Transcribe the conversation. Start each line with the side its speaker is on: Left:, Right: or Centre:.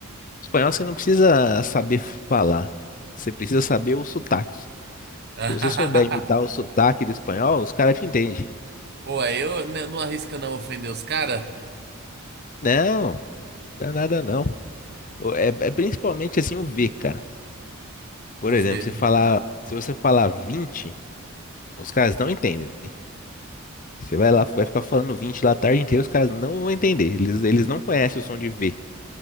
Left: espanhol você não precisa saber falar. Você precisa saber o sotaque.
Right: <laughs>
Left: Se você souber imitar o sotaque do espanhol, os caras te entendem.
Right: Pô, aí eu né, não arrisca não ofender os caras.
Left: Não, dá nada não. O- É, é principalmente assim o V, cara. Por
Right: O
Left: exemplo,
Right: ver.
Left: se falar, se você falar 20, os caras não entendem. Você vai lá, vai ficar falando 20 lá a tarde inteira, os caras não vão entender. Eles, eles não conhecem o som de V.